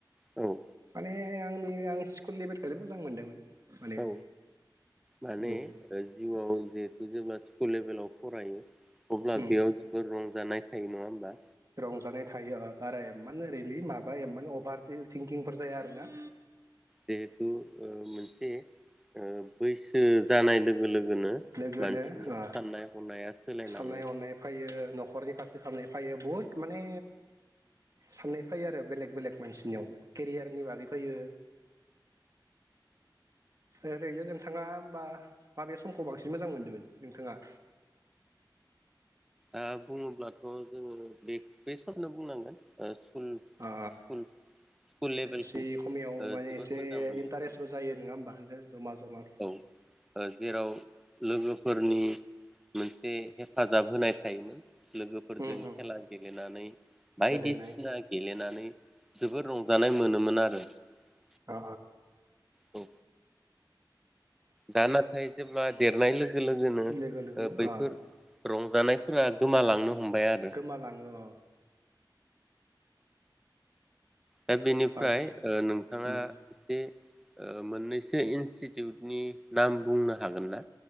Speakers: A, in the centre; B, on the right.
A: औ
B: माने आंनि आं स्कुल लेभेलखोनो मोजां मोनदोंमोन। माने
A: औ माने
B: उम
A: जिउआव जिहेतु जेब्ला स्कुल लेभेलाव फरायो अब्ला
B: उम
A: बेयाव जोबोर रंजानाय थायो नङा होमबा
B: रंजानाय थायो ओ बारा एमान ओरैलि माबा एमान अभार थिं-थिंकिंफोर जाया आरोना
A: जिहेथु ओ मोनसे ओ बैसो जानाय लोगो लो गोनो
B: लोगोनो
A: मानसिनियाव
B: ओ
A: साननाय हनाया सोलायलाङो।
B: साननाय हनाय फैयो न'खरनि फारसे खालामनाय फैयो बुहुत माने साननाय फैयो आरो बेलेग बेलेग मानसिनियाव केरियारनि बागै फैयो ओरैनो नोंथाङा होमबा माबेस समखौ बांसिन मोजां मोन्दोंमोन नोंथाङा?
A: ओ बुङोब्लाथ' जोङो बे बे सोरनो बुंनांगोन ओ स्कुल
B: अ
A: स्कुल स्कुल लेभेलखौ
B: एसे खमियाव
A: ओ
B: माने
A: जोबोर
B: एसे
A: मोजां मोनबोदोंमोन
B: इन्टारेस्टबो जायो नङा होमबा नोथां जमा जमा
A: औ ओ जेराव लोगोफोरनि मोनसे हेफाजाब होनाय थायोमोन लोगोफोरजों
B: उम उम
A: खेला गेलेनानै बायदिसिना
B: गेलेनाय
A: गेलेनानै जोबोद रंजानाय मोनोमोन आरो। <unintelligible>
B: अ
A: औ दा नाथाय जेब्ला देरनाय लो गो लोगोनो ओ
B: लोगो लोगोनो
A: बैफोर
B: अ
A: रंजानायफोरा गोमालांनो हमबाय आरो
B: गोमालाङो अ
A: दा बेनिफ्राय
B: बांसिन
A: ओ नोंथाङा
B: उम
A: एसे ओ मोननैसो इनस्टिटिउटनि नाम बुंनो हागोन ना?